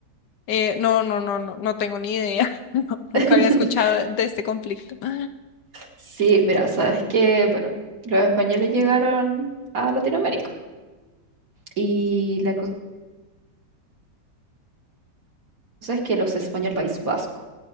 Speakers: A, on the left; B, on the right.
A: Eh, no, no, no, no, no tengo ni idea. <laughs> No, nunca
B: <laughs>
A: había escuchado de este conflicto. <gasps>
B: Sí, mira, sabes que, bueno, los españoles llegaron a Latinoamérica y la cosa es que los españoles, País Vasco,